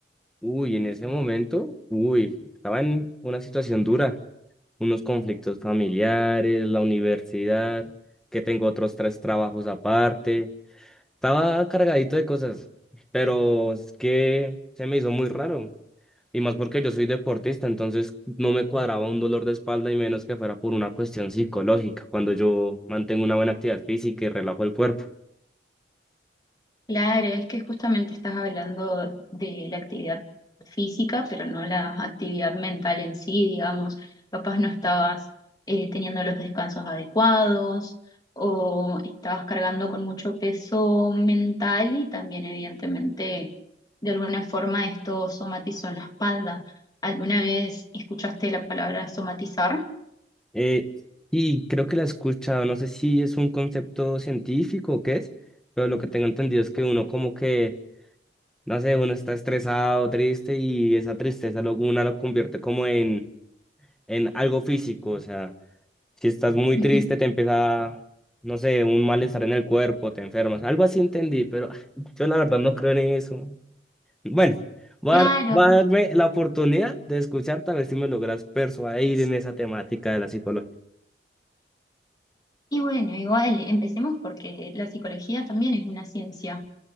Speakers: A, in the centre; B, on the left.
A: Uy, en ese momento, uy, estaba en una situación dura. Unos conflictos familiares, la universidad, que tengo otros tres trabajos aparte. Estaba cargadito de cosas, pero es que se me hizo muy raro. Y más porque yo soy deportista, entonces no me cuadraba un dolor de espalda y menos que fuera por una cuestión psicológica, cuando yo mantengo una buena actividad física y relajo el cuerpo.
B: Claro, es que justamente estás hablando de la actividad física, pero no la actividad mental en sí, digamos. Capaz no estabas eh, teniendo los descansos adecuados o estabas cargando con mucho peso mental y también evidentemente de alguna forma esto somatizó en la espalda. ¿Alguna vez escuchaste la palabra somatizar?
A: Eh, y creo que la he escuchado, no sé si es un concepto científico o qué es, pero lo que tengo entendido es que uno como que, no sé, uno está estresado, triste y esa tristeza luego una lo convierte como en, en algo físico, o sea, Si estás muy
B: Ujú.
A: triste, te empieza, no sé, un malestar en el cuerpo, te enfermas. Algo así entendí, pero ah, yo la verdad no creo en eso. Bueno, va
B: Claro,
A: a, dar- va a darme la oportunidad de escucharte a ver si me logras persuadir en esa temática de la psicología.
B: y bueno, igual empecemos porque la psicología también es una ciencia.